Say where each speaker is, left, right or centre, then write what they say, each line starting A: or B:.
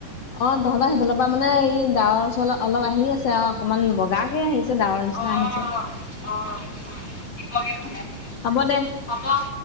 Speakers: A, on the left (about 50°); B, on the left (about 20°).
A: অ তহঁতৰ সিফালৰ পৰা মানে এই ডাৱৰ চওৰ অলপ আহি আছে আৰু অকনমান বগা কে আহিছে। ডাৱৰ নিচিনা
B: অ
A: আহিছে।
B: অ <unintelligible>
A: হ'ব দে।
B: হব।